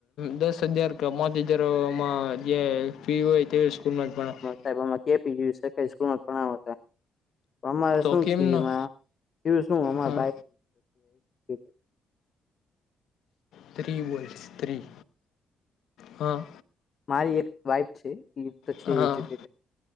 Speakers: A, on the left; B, on the left.
A: દસ હજાર કે પાંચ હજાર એમાં જે ફી હોય તે સ્કૂલ માં જ ભણાવાય.
B: સાહેબમાં કે પી સ્કૂલ માં ભણાવ હતા. અમારે
A: તો
B: શું
A: કેમ
B: થય
A: ન
B: એમાં, શું
A: હા
B: અ <unintelligible>
A: સ્ત્રી બોલ્ સ્ત્રી હા.
B: મારી એક વાઈફ છે છે
A: હા
B: એજુકે,